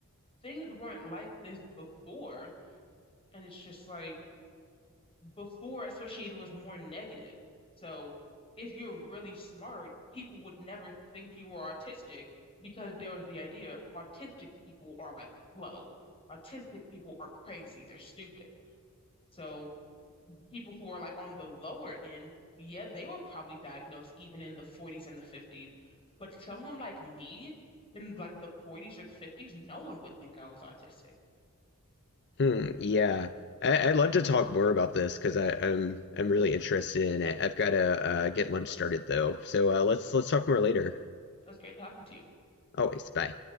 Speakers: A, on the left; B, on the left.
A: things weren't like this before. And it's just like, Before, especially, it was more negative. So if you're really smart, people would never think you were autistic because there was the idea autistic people are like slow. Autistic people are crazy. They're stupid. So people who are like on the lower end, yeah, they were probably diagnosed even in the 40s and the 50s. But someone like me in like the 40s or the 50s, no one would think I was autistic.
B: hmm, yeah. I, I'd love to talk more about this because I'm I'm really interested in it. I've got to uh, get lunch started though, so uh, let's let's talk more later.
A: It was great talking to you.
B: Always, bye.